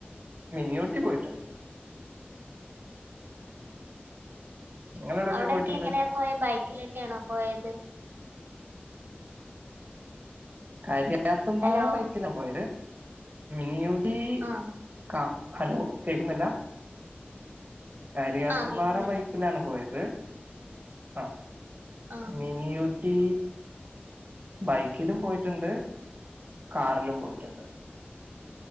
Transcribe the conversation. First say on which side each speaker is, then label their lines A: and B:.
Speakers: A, on the right; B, on the right.
A: മനിയൂട്ടി
B: ഉം
A: പോയിട്ടുണ്ട് നിങ്ങളെവിടൊക്കെ
B: അവിടെൊക്കെ
A: പോയിട്ടുണ്ട്
B: എങ്ങനെയാ പോയ ബൈ ക്കിൽഒക്കെയാണോ പോയത്
A: കാര്യം ത്തും പാറ
B: ഹലോ
A: ബൈക്കിലാ പോയത് മിനിയു ഈ
B: ആഹ്
A: ക- ഹലോ കേക്കുന്നില്ല? കരിയാത്തുംമ്പാറ
B: ആഹ് കേക്കുന്നുണ്ട്
A: ബൈക്കിലാണ് പോയത്. ആ
B: ആഹ്
A: മിനിയു ട്ടീ ബൈക്കിലും പോയിട്ടുണ്ട്. കാറിലും പോയിട്ടുണ്ട്.